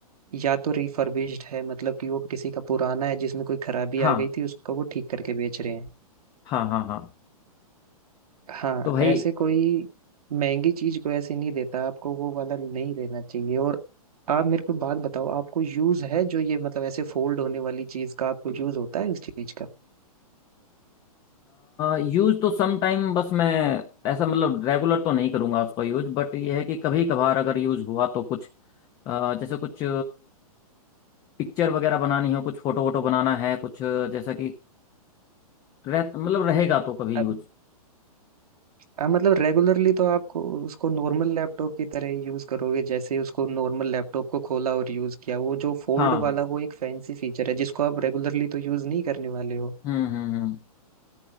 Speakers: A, on the right; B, on the left.
A: या तो रिफर्बिश्ड है मतलब कि वो किसी का पुराना है जिसमें कोई खराबी
B: हाँ
A: आ गई थी उसको वो ठीक करके बेच रहे हैं
B: हाँ हाँ हाँ
A: हाँ
B: तो भाई
A: ऐसे कोई महंगी चीज को ऐसे नहीं देता आपको वो वाला नहीं लेना चाहिए और आप मेरे को बात बताओ आपको यूज है जो ये मतलब ऐसे फोल्ड होने वाली चीज का आपको यूज होता है उस चीज का
B: यूज तो सम टाइम बस मैं ऐसा मतलब रेगुलर तो नहीं करूँगा उसका यूज बट ये है कि कभी कभार अगर यूज हुआ तो कुछ अ, जैसे कुछ पिक्चर वगैरह बनानी हो कुछ फोटो वोटो बनाना है कुछ जैसा कि रह मतलब रहेगा तो कभी यूज
A: अब- हाँ मतलब रेगुलरली तो आपको उसको नॉर्मल लैपटॉप की तरह ही यूज करोगे जैसे उसको नॉर्मल लैपटॉप को खोला और यूज किया वो जो फोल्ड
B: हाँ हाँ
A: वाला वो एक फैंसी फीचर है जिसको आप रेगुलरली तो यूज नहीं करने वाले हो
B: हम्म हम्म हम्म